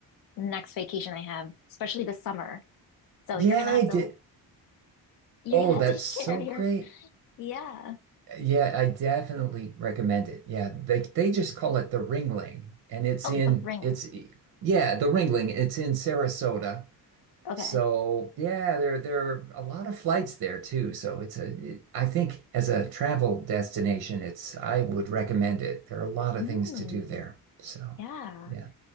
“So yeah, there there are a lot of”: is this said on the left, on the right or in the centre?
Right